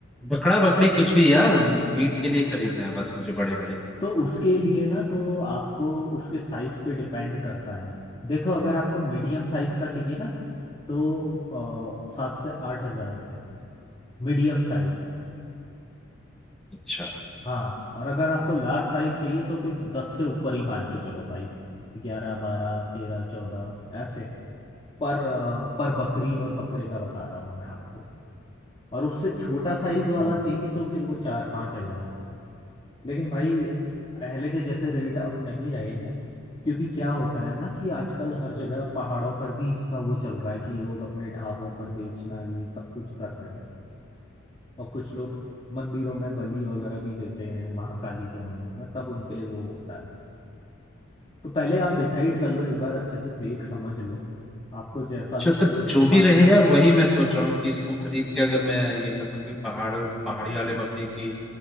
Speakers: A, in the centre; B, on the left.
A: बकड़ा बकड़ी कुछ भी यार मीट के लिए खरीदना है बस मुझे बड़े बड़े
B: तो उसके लिए ना तो आपको उसके साइज पे डिपेंड करता है देखो अगर आपको मीडियम साइज का चाहिए ना तो अ, सात से आठ हजार रुपये मीडियम साइज
A: अच्छा
B: हाँ और अगर आपको लार्ज साइज चाहिए तो फिर दस से ऊपर ही मान के चलो भाई ग्यारह बारह तेरह चौदह ऐसे पर अ, पर बकरी और बकरे का बता रहा हूँ मैं आपको और उससे छोटा साइज वाला
A: हाँ
B: चाहिए तो फिर वो चार पाँच हजार लेकिन भाई पहले के जैसे रेट अब नहीं रहे हैं क्योंकि क्या होता है ना कि आजकल हर जगह पहाड़ों पर भी इसका वो चल रहा है कि लोग अपने ढाबों पर बेचना ये सब कुछ कर रहे हैं और कुछ लोग मंदिरों में बलि वगैरह भी देते हैं महाकाली के मंदिर में तब उनके लिए वो होता है तो पहले आप डिसाइड कर लो एक बार अच्छे से देख समझ लो आपको जैसा
A: अच्छा
B: भी
A: तो
B: फिर उसके
A: जो भी
B: बाद
A: रहे यार वही मैं सोच रहा हूँ कि इसको खरीद के अगर मैं ये कर सकूँ कि पहाड़ों पहाड़ी वाले बकरे की